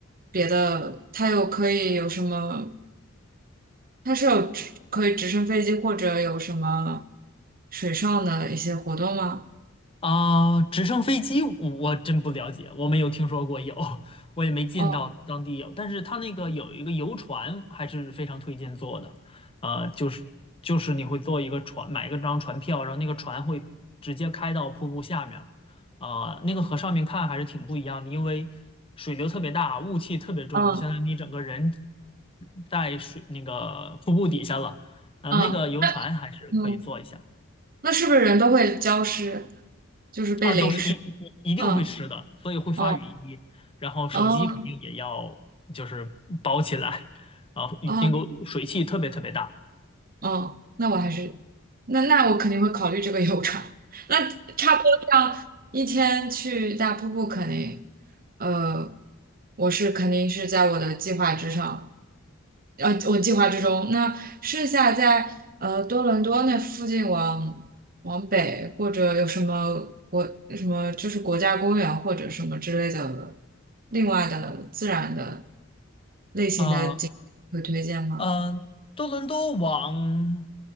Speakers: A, on the right (about 45°); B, on the left (about 25°).
A: 别的，它有可以有什么它是有直可以直升飞机或者有什么水上的一些活动吗？
B: 啊，直升飞机我我真不了解，我没有听说过有，<laughs> 我也没见到当地有。
A: 哦，
B: 但是它那个有一个游船，还是非常推荐坐的。呃，就是就是你会坐一个船，买一个张船票，然后那个船会直接开到瀑布下面儿啊、那个和上面看还是挺不一样的，因为水流特别大，雾气特别重，
A: 嗯
B: 就相当于你整个人在水那个瀑布底下了。呃，
A: 嗯
B: 那个游船还是可以坐一下。
A: 嗯，那是不是人都会浇湿，就是被淋湿？
B: 啊，都是一嗯一一定会湿的，
A: 嗯
B: 所以会发雨衣。
A: 哦
B: 然后手机肯定也要就是包起来，
A: 哦
B: <laughs> 啊，
A: 哦
B: 因为水汽特别特别大。
A: 哦，那我还是那那我肯定会考虑这个游船。<laughs> 那差不多这样一天去大瀑布肯定，呃，我是肯定是在我的计划之上的。呃，我计划之中。那剩下在呃多伦多那附近往往北，或者有什么国什么就是国家公园或者什么之类的，另外的自然的类型的景会推荐吗？
B: 啊、嗯，多伦多往